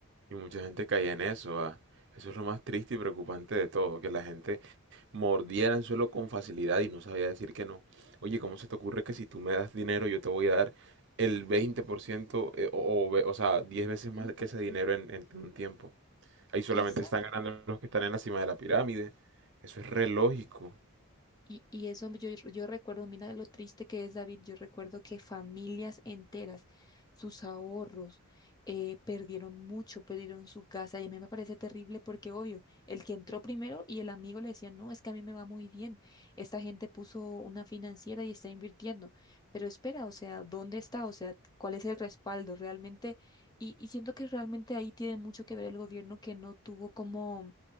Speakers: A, on the right; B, on the left.
A: Y mucha gente caía en eso. ah. Eso es lo más triste y preocupante de todo, que la gente Mordía el anzuelo con facilidad y no sabía decir que no. Oye, ¿cómo se te ocurre que si tú me das dinero yo te voy a dar el 20% eh, o, o ve- o sea, 10 veces
B: Imagínate.
A: más que ese dinero en, en un tiempo? Ahí solamente
B: Esa,
A: están ganando los que están en la cima de la pirámide. Eso es re lógico.
B: y, y eso yo, yo recuerdo, mira lo triste que es David, yo recuerdo que familias enteras, sus ahorros, eh, perdieron mucho, perdieron su casa, y a mí me parece terrible porque, obvio, el que entró primero y el amigo le decía, no, es que a mí me va muy bien, esta gente puso una financiera y está invirtiendo, pero espera, o sea, ¿dónde está? O sea, ¿cuál es el respaldo realmente? Y, y siento que realmente ahí tiene mucho que ver el gobierno que no tuvo como